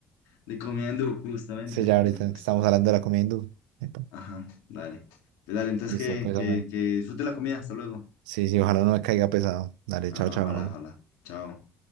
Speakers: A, on the left (about 80°); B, on the right (about 90°).
A: De comida hindú, justamente.
B: Sí, ya
A: Mira,
B: ahorita
A: justamente.
B: que estamos hablando de la comida hindú. Epa.
A: Ajá, dale. Pues dale, entonces
B: Listo,
A: que,
B: pues,
A: que,
B: hombre.
A: que disfrute la comida. Hasta luego.
B: Sí, sí, ojalá no me caiga pesado. Dale,
A: Ajá,
B: chao, chao.
A: ojalá, ojalá. Chao.